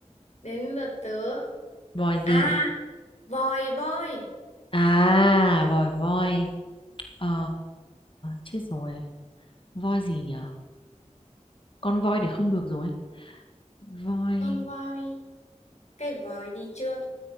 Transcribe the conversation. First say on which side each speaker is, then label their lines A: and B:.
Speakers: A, on the left; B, on the left.
A: Đến lượt tớ.
B: voi gì
A: À, vòi voi.
B: à vòi voi ờ chết rồi voi gì nhở con voi thì không được rồi voi
A: Con voi. Cái vòi đi trước.